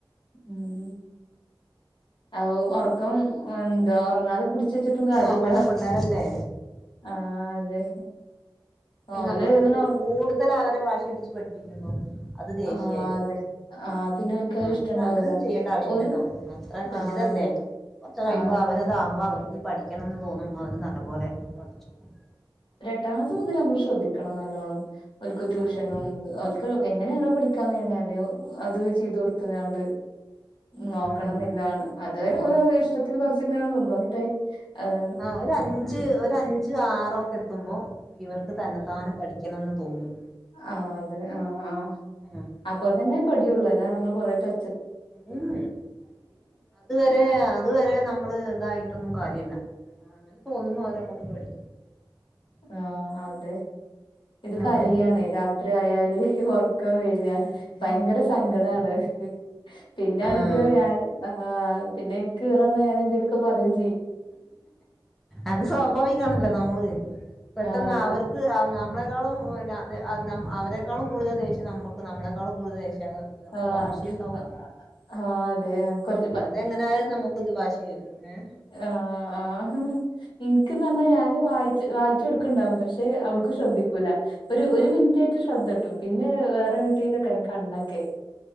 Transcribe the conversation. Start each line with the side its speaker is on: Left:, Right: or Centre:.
Left: ഉം ആവു ഒർക്കം എന്ത ഒർങ്ങാതെ പിടിച്ചച്ചിട്ടും കാര്യല്ല
Centre: നോക്കണ്ട പിള്ളേരല്ലേ
Left: ആ അതെ
Centre: പിന്നെ
Left: ഓല്
Centre: നമ്മളിങ്ങനെ
Left: ഇങ്ങനെ
Centre: കൂടുതലവരെ വാശിടിച്ച് പഠിപ്പിക്കുമ്പം അത് ദേഷ്യയ്ര്ക്കും
Left: ആഹ് അതെ ആഹ് പിന്നെ ഓൻക്കത് ഇഷ്ടണ്ടാവൂല
Centre: അത്ര അങ്ങനൊന്നും ചെയ്യേണ്ടവശ്യല്ലല്ലോ
Left: ഓല്
Centre: അത്ര കു
Left: ആഹ്
Centre: ഞ്ഞതല്ലേ
Left: അതെ
Centre: കൊറ്ച്ച് കയുമ്പോ
Left: ആഹ്
Centre: അവരതാവുമ്പോ അവര്ക്ക് പഠിക്കണന്ന് തോന്നും ഓര് നല്ലപോലെ പഠിച്ചോളും
Left: ട്ടാസ് മുതലമ്മള് ശ്രദ്ധിക്കണം നല്ലോണം ഓല്ക്ക് ട്യൂഷനും
Centre: ഉം
Left: ഓല്ക്ക് എങ്ങനെണോ പഠിക്കാൻ കയ്യിണേ അതെ അത് ചെയ്തൊട്ത്ങ്ങാണ്ട് നോക്കണന്നില്ലാണ്
Centre: ഉം
Left: അത് വരെ ഓല്
Centre: ഉം
Left: ഓലഷ്ടത്തില് കൊർച്ചക്കങ്ങനെ നിന്നോട്ടെ അതാണ്
Centre: ഒരഞ്ച് ഒരഞ്ച് ആറൊക്കെത്തുമ്പോ ഇവർക്ക് തന്നെത്താനെപഠിക്കണന്ന് തോന്നും.
Left: ആ അതെ ആ ആ
Centre: ഉം
Left: അപ്പൊതന്നെ പഠ്യൊള്ളൂ അല്ലമ്മള് കൊറേ ത
Centre: ഉം അത് വരെ അത് വരെ നമ്മള് തായിട്ടൊന്നും കാര്യല്ല അങ്ങനെ തോന്നുമ്പോ അവരങ്ങട്ട് പഠിക്കും.
Left: ആ അതെ ഇത് കരയാണെ
Centre: അതെ
Left: രാ ത്രിയാല് ഒർക്കം വെരാ ഭയങ്കര സങ്കടാണ്. പിന്നൊണെങ്കിലോ
Centre: ആഹ്
Left: ഞാന് ആ പിന്നെൻക്ക് ഈറന്ന ഞാനെന്തേലൊക്കെ പറിം
Centre: അത് സ്വാഭാവികണല്ലോ നമ്മള് പെട്ടെന്ന്
Left: ആഹ്
Centre: അവർക്ക് അവ നമ്മളെക്കാളും ന ത് അ നമ് അവരെേക്കാളും കൂടുതൽ ദേഷ്യം നമക്ക് നമ്മളെ കാളും കൂടുതല്ദേഷ്യാവർക്കാ
Left: ആഹ്
Centre: വാശിണ്ടാവും.
Left: ആഹ് അതെ കൊറച്ച്
Centre: അതെങ്ങനായാലും നമക്കത് വാശി വെരും ഏ
Left: ആ ആ ഇൻക്ക്ന്നർഞ്ഞാ ഞാന് വായിച്ച വായി ച്ചോട്ക്ക്ണ്ടാവും പക്ഷെ അവട്ക്ക് ശ്രദ്ധിക്കൂല. ഒരു ഒരു മിൻറ്റായിട്ട് ശ്രദ്ധട്ടും പിന്നെ വേറെങ്ങെട്ടേലെക്കാരം കണ്ണൊക്കെ